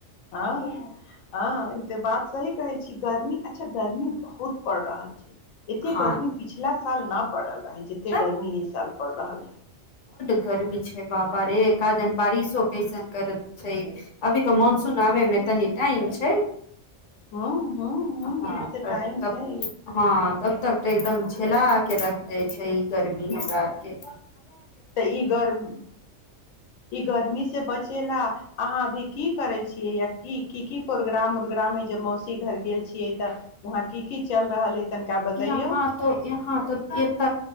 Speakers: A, on the left; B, on the left.
A: ह ह ई तऽ बात स कह गर्मी अच्छा गर्मी बहुत पड़ रहल छै एते
B: हँ
A: गर्मी पिछला साल न प जतेक
B: तब
A: गर्मी ई साल पड़ि रहल हइ
B: करबी छै बाबा रे एकादन बारिशो
A: हँ
B: कैसन कर छै अभी त मनसून आ मे तनी टाइम छै
A: हँ हँ
B: हँ
A: अभी तऽ
B: तब
A: टाइम
B: तब
A: छै
B: हँ तब तक तऽ एकदम खेला के रख दे ्छ ह गर्मी हराारके
A: तऽ ई गरम ई गर्मी से बचेला अहाँ अभी की करै छी या की की प्रोग्राम उोग्राम है ज मौसम घर गेल छियै तऽ वहााँ की की चल रहल तनिका बतैयौ
B: यहाँ त यहाँ तऽ एत